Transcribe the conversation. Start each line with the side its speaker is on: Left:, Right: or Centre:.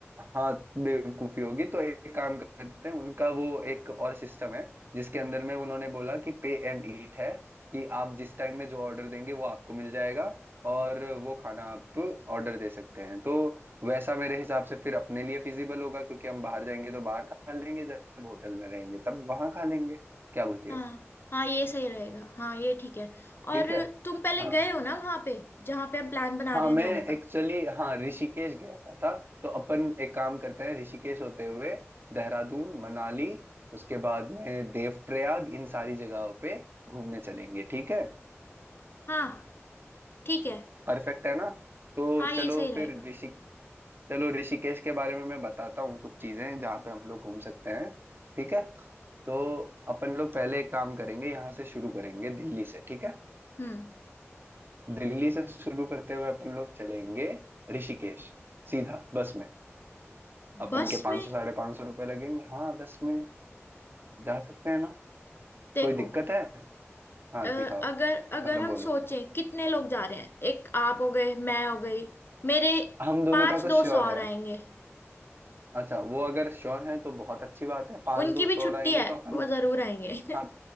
Right: हाँ बेवकूफी होगी तो एक काम करते हैं उनका वो एक और सिस्टम है जिसके अंदर में उन्होंने बोला कि पे एंड ईट है कि आप जिस टाइम में जो ऑर्डर देंगे वो आपको मिल जाएगा और वो खाना आप ऑर्डर दे सकते हैं तो वैसा मेरे हिसाब से फिर अपने लिए फिजिबल होगा क्योंकि हम बाहर जाएंगे तो बाहर खा लेंगे जब होटल में रहेंगे तब वहां खा लेंगे क्या बोलती
Left: हाँ
Right: हो
Left: हाँ ये सही रहेगा हाँ ये ठीक है
Right: ठीक
Left: और
Right: है
Left: तुम पहले
Right: हाँ
Left: गए हो ना वहां पे जहाँ पे हम प्लान बना
Right: हाँ
Left: रहे
Right: मैं
Left: हैं जाने का
Right: एक्चुअली हाँ ऋषिकेश गया था तो अपन एक काम करते हैं ऋषिकेश होते हुए देहरादून मनाली उसके बाद में देवप्रयाग इन सारी जगहों पे घूमने चलेंगे ठीक है
Left: हाँ ठीक है
Right: परफेक्ट है ना तो
Left: हाँ ये
Right: चलो
Left: सही रहेगा
Right: फिर ऋषि चलो ऋषिकेश के बारे में मैं बताता हूँ कुछ चीजें जहाँ पे हम लोग घूम सकते हैं ठीक है तो अपन लोग पहले एक काम करेंगे यहाँ से शुरू करेंगे दिल्ली से ठीक है
Left: हम्म
Right: दिल्ली से शुरू करते हुए अपन लोग चलेंगे ऋषिकेश सीधा बस में अपन
Left: बस
Right: के पाँच
Left: में
Right: सौ साढ़े पाँच सौ रुपये लगेंगे हाँ बस में जा सकते हैं ना
Left: देखो
Right: कोई दिक्कत है हाँ
Left: अ,
Right: दिखाओ
Left: अगर अगर
Right: मतलब
Left: हम
Right: बोलो
Left: सोचें कितने लोग जा रहे हैं एक आप हो गए मैं हो गई मेरे
Right: हम दोनों
Left: पांच
Right: का तो
Left: दोस्त
Right: श्योर
Left: और
Right: है
Left: आएंगे
Right: अच्छा वो अगर श्योर है तो बहुत अच्छी बात है पांच
Left: उनकी
Right: दोस्त
Left: भी
Right: और
Left: छुट्टी
Right: आएंगे
Left: है
Right: तो अपन
Left: वो जरूर आएंगे
Right: हाँ